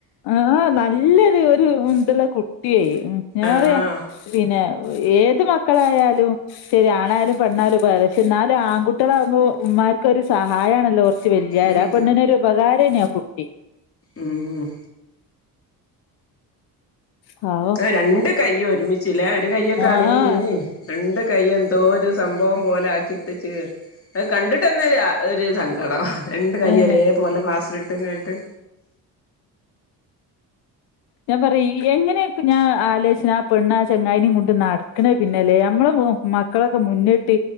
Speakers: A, on the left; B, on the left.
A: ആഹ് നല്ല ഒരു ഒരു ഇതൊള്ള കുട്ടിയേ മ്ഹ് ഞാൻ
B: ആഹ്
A: പറയാ പിന്നെ ഏത് മക്കളായാലും ശരി ആണായാലും പെണ്ണായാലും ഇപ്പൊ ഏകദേശം എന്നാലും ആൺകുട്ടികളാവുമ്പോ ഉമ്മാർക്കൊരു സഹായണല്ലോ <unintelligible>
B: ഉം
A: പെണ്ണിന് ഒരു ഉപകാരന്നേ ആ കുട്ടി
B: മ്ഹ്
A: പാവം
B: ആ രണ്ട് കയ്യും ഒരുമിച്ച്ല്ലേ ഒരു കയ്യൊക്കെ
A: ആഹ്
B: ആണെങ്കി പിന്നേം രണ്ട് കൈ എന്തോ ഒരു സംഭവം പോലെ ആക്കിട്ടച്ച് അത് കണ്ട്ട്ടന്നെരാ ഒരു സങ്കടം രണ്ട് കൈയ്ഒരേ
A: അതന്നെ
B: പോലെ പ്ലാസ്റ്ററ് ഇട്ട് ങ്ങട്ട്
A: ഞാൻ പറെ ഈ എങ്ങനെപ്പ ഞാൻ ആലേച്ണ് ആ പെണ്ണാ ചങ്ങായിനിം കൊണ്ട് നടക്ണ് പിന്നെല്ലേ അമ്മളെ മോ മ മക്കളൊക്കെ മുന്നിട്ട്